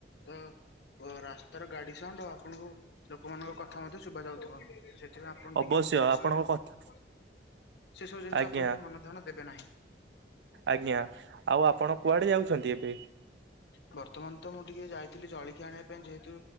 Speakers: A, on the left; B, on the right.
A: ତ ରାସ୍ତାର ଗାଡି ସାଉଣ୍ଡୁ ଆ ଆପଣଙ୍କୁ ଲୋକମାନଙ୍କ କଥା ମଧ୍ୟ ଶୁବା ଯାଉଥିବ। ସେଥିପାଇଁ ଆପଣ
B: ଅବଶ୍ୟ
A: ଟିକେ ସେ
B: ଆପଣଙ୍କ
A: ସବୁ ଜି‌ନ
B: କଥା
A: ସେ ସବୁ ଜିନିଷ
B: ଆଜ୍ଞା
A: ଆପଣ ଟିକେ ମନ ଧ୍ୟାନ ଦେବେ ନାହିଁ।
B: ଆଜ୍ଞା ଆଉ ଆପଣ କୁଆଡେ ଯାଉଛନ୍ତି ଏବେ?
A: ବର୍ତ୍ତମାନ ତ ମୁଁ ଟିକେ ଯାଇଥିଲି ଜଳିଖିଆ ଆଣିବା ପାଇଁ ଯେହେତୁ